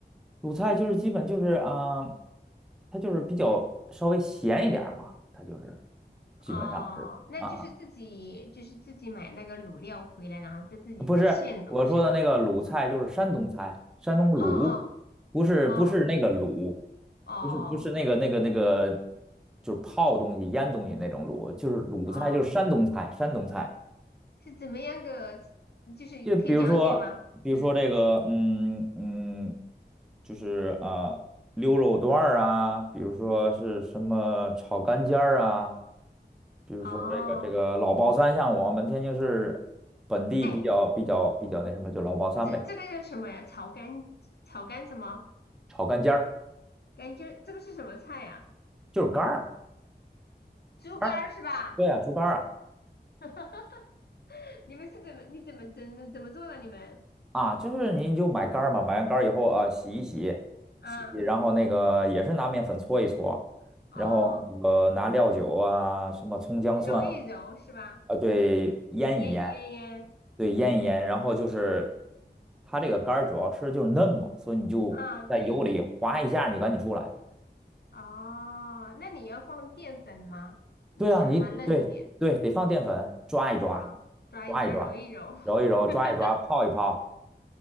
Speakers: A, in the centre; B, on the left.
A: 鲁菜就是基本就是啊、呃它就是比较稍微咸一点儿嘛，它就是基本上是啊。
B: 哦，那就是自己就是自己买那个卤料回来，然后再自己再现卤是吧？
A: 不是我说的那个鲁菜，就是山东菜，山东鲁，
B: 哦哦
A: 不是不是那个鲁，
B: 哦哦
A: 不是不是那个那个那个，就是泡东西、腌东西那种鲁，就是鲁菜，
B: 哦，
A: 就是山东菜，山东菜。
B: 是怎么样个？就是可以讲解吗？
A: 就比如说，比如说这个，
B: 嗯，
A: 嗯嗯，就是啊，溜肉段儿啊，比如说是什么炒肝尖儿啊，比如说这个这个老爆三，
B: 哦，
A: 像我们天津市本地比较比较比较那什么，
B: 哎，
A: 就老爆三呗。
B: 这这个叫什么呀？炒肝炒肝什么？
A: 炒干尖儿，
B: 感觉这个是什么菜呀？
A: 就是肝儿，
B: 猪肝儿是吧？
A: 肝儿，对啊，猪肝儿啊，
B: <laughs> 你们是怎么你怎么怎么怎么做的？你们
A: 啊，就是你就买肝儿吧，买完肝儿以后啊，洗一洗，
B: 啊
A: 洗一洗，然后那个也是拿面粉搓一搓，
B: 哦，
A: 然后呃拿料酒啊，什么葱姜蒜
B: 揉一揉是吧？
A: 啊，对，腌一腌，
B: 腌腌腌
A: 对，腌一腌，然后就是它这个肝儿主要吃的就是嫩嘛，所以你就在油里划一下，
B: 啊，对
A: 你就赶紧出来。
B: 哦，那你要放淀粉吗？你想它嫩一点
A: 对啊，你对对，得放淀粉，抓一抓，
B: 啊，抓一抓，
A: 抓一抓，
B: 揉一揉，
A: 揉一揉，抓一抓，
B: <laughs>
A: 泡一泡，